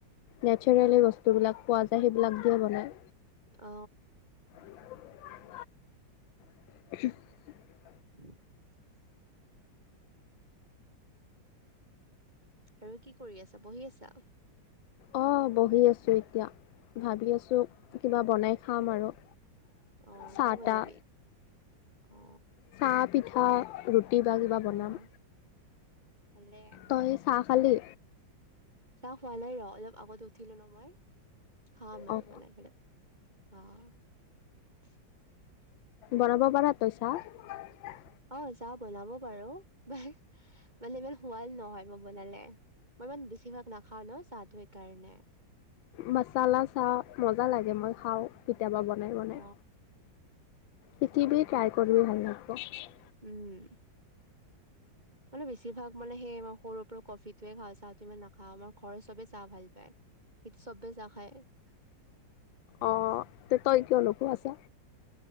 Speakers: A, on the left; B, on the right.
A: নেচাৰেলি
B: হা
A: বস্তুবিলাক পোৱা যায়। তে সেইবিলাক দিয়ে বনায়।
B: অ
A: <unintelligible> <unintelligible>
B: <unintelligible> আৰু কি কৰি আছা বহি আছা।
A: অ' বহি আছোঁ এতিয়া। ভাবি আছো কিবা বনাই! খাম আৰু।
B: অ
A: চাহ
B: কি বনাবি
A: তাহ
B: অ
A: চাহ পিঠা আৰু কিবা কিবা
B: অ'
A: বনাম।
B: ভালে
A: তই চাহ খালী?
B: চাহ হোৱা নাই ৰ' অলপ আগতে উঠিলো ন মই হা মোৰ
A: অঁ
B: মান খালে আহ
A: বনাব পৰা তই চাহ?
B: অ চাহ বনাব পাৰো মানে ইমান সোৱাদ নহয় মই বনালে। মই ইমান বেছিভাগ নাখাওঁ ন চাহটো এই কাৰণে
A: মাচালা চাহ মজা লাগে, মই খাওঁ। কেতিয়াবা বনায়, বনায়।
B: অ
A: শিকিবি ট্ৰাই কৰিবি ভাল লাগিব।
B: উম মানে বেছিভাগ মানে সেই সৰুৰ পৰা কফিটোয়ে ভাল চাহটো ইমান ন <inaudible> আমাৰ ঘৰৰ চবেই চাহ ভাল পায়। <inaudible>
A: অঁ তে তই কিয় লোকো আছা।